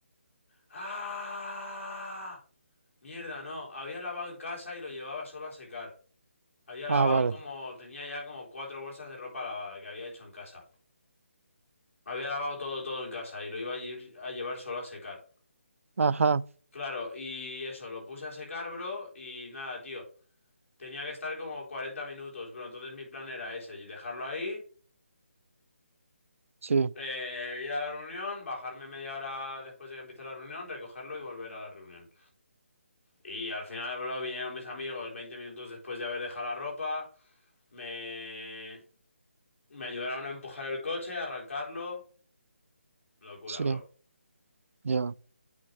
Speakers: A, on the left (about 80°); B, on the right (about 90°).
A: ¡Ah! Mierda, no. Había lavado en casa y lo llevaba solo a secar. Había lavado
B: Ah, vale.
A: como... Tenía ya como cuatro bolsas de ropa lavada que había hecho en casa. Había lavado todo, todo en casa y lo iba a ir a llevar solo a secar.
B: Ajá,
A: Claro, y eso, lo puse a secar, bro, y nada, tío. Tenía que estar como 40 minutos, bro. Entonces mi plan era ese, y dejarlo ahí,
B: sí,
A: eh, ir a la reunión, bajarme media hora después de que empiece la reunión, recogerlo y volver a la reunión. Y al final, bro, vinieron mis amigos 20 minutos después de haber dejado la ropa, me, me ayudaron a empujar el coche, a arrancarlo. Locura,
B: sí,
A: bro.
B: ya.